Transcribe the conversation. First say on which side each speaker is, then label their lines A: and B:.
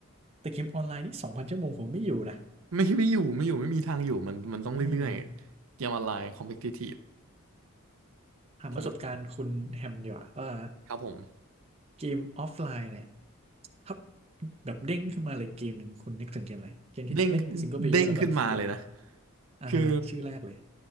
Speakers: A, on the right; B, on the right.
A: แต่เกมออนไลน์นี่สองพันชั่วโมงผมไม่อยู่นะ
B: ไม่ไม่อยู่ไม่อยู่ไม่มีทางอยู่มันมันต้องเรื่อยๆเกมออนไลน์คอมเพทิทีฟ
A: อืม ถามประสบการณ์คุณแฮมดีกว่าว่า
B: ผมครับผม
A: เกมออฟไลน์เนี่ยถ้าแบบเด้งขึ้นมาเลยเกมหนึ่งคุณนึกถึงเกมอะไรเกมที่เล่นซิงเกิลเพลเยอร์แล้วแบบสุดยอดเลย
B: เด้งเด้งขึ้นมาเลยนะ
A: อ่าฮะชื่อแรกเลย
B: คือ